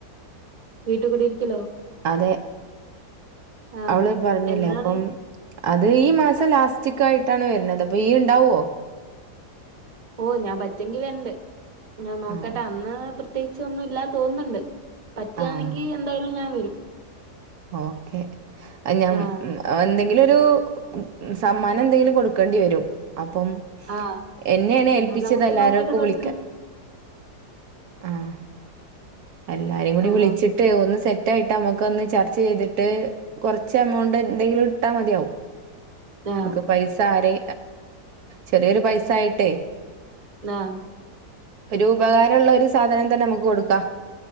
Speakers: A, on the right; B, on the right.
A: വീട്ട് കുടിരിക്കലോ
B: അതെ
A: ആ
B: അവള് പറഞ്ഞില്ലേ
A: എന്നാണ്
B: അപ്പം അത് ഈ മാസം ലാസ്റ്റ്കായിട്ടാണ് വരുന്നത് അപ്പൊ ഇയ്യ് ഉണ്ടാവോ
A: ഓഹ ഞാൻ പറ്റെങ്കി വരണ്ട് ഞാൻ നോക്കട്ടെ
B: ആഹ്
A: അന്ന് പ്രത്യേകിച്ച് ഒന്നും ഇല്ലാ തോന്നുന്നുണ്ട് പറ്റാണെങ്കിൽ
B: ആഹ്
A: എന്തായാലും ഞാൻ വരും
B: ഓക്കെ അയ്ഞാൻ
A: ആ
B: എന്തെങ്കിലും ഒരു സമ്മാനം എന്തെങ്കിലും കൊടുക്കേണ്ടി വരും അപ്പം
A: ആ
B: എന്നെണ് ഏൽപ്പിച്ചത്
A: അത് നമുക്ക്
B: എല്ലാര്ക്കും
A: നോക്കിട്ട് കൊടുക്കാം
B: വിളിക്കാൻ ആഹ് എല്ലാരേം കൂടി
A: ആണോ
B: വിളിച്ചിട്ട് ഒന്ന് സെറ്റായിട്ട് അമ്മക്ക് ഒന്ന് ചർച്ച ചെയ്തിട്ട് കോർച്ച് എമൗണ്ട് എന്തെങ്കിലും ഇട്ടാ മതിയാവും
A: ആ
B: മ്മക്ക് പൈസ ആരെ ചെറിയൊരു പൈസ ആയിട്ടേ
A: ആഹ്
B: ഒരു ഉപകാരള്ള ഒരു സാധനം തന്നെ നമ്മക്ക് കൊടുക്കാ